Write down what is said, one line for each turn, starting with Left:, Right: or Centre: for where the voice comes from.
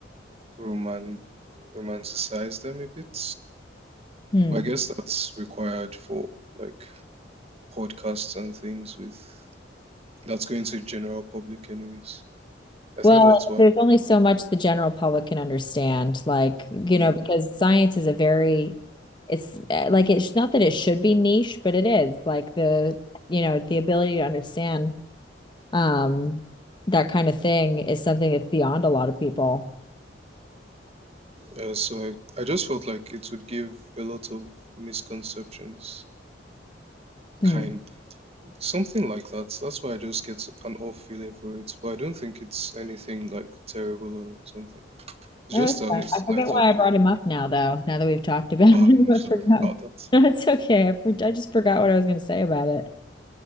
Right: roman romanticize them a bit.
Left: Hmm.
Right: But I guess that's required for like podcasts and things with that's going to the general public anyways. I
Left: Well,
Right: think that's why.
Left: there's only so much the general public can understand, like, you
Right: Mm.
Left: know, because science is a very, it's uh, like it's not that it should be niche, but it is like the, you know, the ability to understand um that kind of thing is something that's beyond a lot of people.
Right: Uh, so I, I just felt like it would give a lot of misconceptions,
Left: Hmm.
Right: kind Something like that. That's why I just get an off feeling for it. But I don't think it's anything like terrible or something. It's
Left: No,
Right: just
Left: it's
Right: a
Left: fine.
Right: slight
Left: I forget why
Right: off
Left: I brought
Right: feeling.
Left: him up now, though. Now that we've talked about <laughs> him,
Right: Ah, I'm
Left: I
Right: sorry
Left: forgot.
Right: about
Left: <laughs>
Right: that.
Left: No, it's okay. I, for- I just forgot what I was going to say about it.